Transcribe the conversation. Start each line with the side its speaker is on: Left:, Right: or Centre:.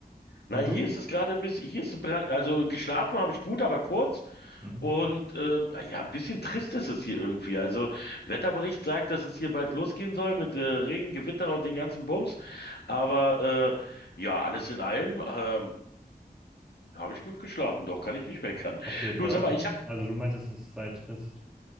Centre: Und
Left: Na, hier
Centre: du?
Left: ist es gerade ein bisschen, hier ist es, bra- also geschlafen habe ich gut, aber kurz.
Centre: Mhm.
Left: Und ähm, ja, ein bisschen trist ist es hier irgendwie. Also Wetterbericht sagt, dass es hier bald losgehen soll mit äh, Regen, Gewitter und den ganzen Bums. Aber äh, ja, alles in allem ähm, habe ich gut geschlafen. Doch, kann ich nicht meckern.
Centre: Habt ihr
Left: Du,
Centre: Wolken?
Left: sag mal, ich habe,
Centre: Also du meintest, es sei trist.